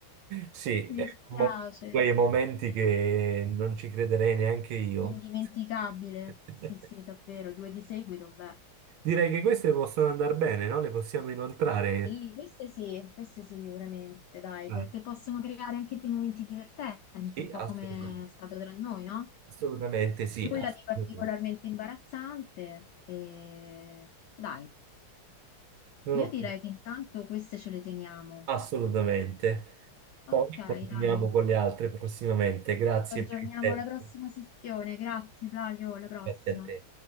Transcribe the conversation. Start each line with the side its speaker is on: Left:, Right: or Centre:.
Right: Sì,
Left: Mi
Right: è
Left: dispiace.
Right: un mo- quei momenti che non ci crederei neanche io.
Left: Indimenticabile.
Right: <laughs>
Left: Sì, sì, davvero, due di seguito, beh.
Right: Direi che queste possono andare bene, no? Le possiamo inoltrare.
Left: Sì, queste sì, Queste sì, sicuramente, dai,
Right: Ah,
Left: perché possono creare anche dei momenti divertenti,
Right: Sì,
Left: un po'
Right: assolutamente.
Left: come è stato tra noi, no?
Right: Assolutamente sì,
Left: Nulla
Right: assolutamente.
Left: di particolarmente imbarazzante. E... Dai,
Right: Sono-
Left: io direi che intanto queste ce le teniamo.
Right: assolutamente.
Left: Ok,
Right: Poi continuiamo
Left: dai.
Right: con le altre prossimamente. Grazie
Left: Ci aggiorniamo
Right: per il tempo.
Left: alla prossima sessione. Grazie, Flavio, alla prossima.
Right: Grazie a te.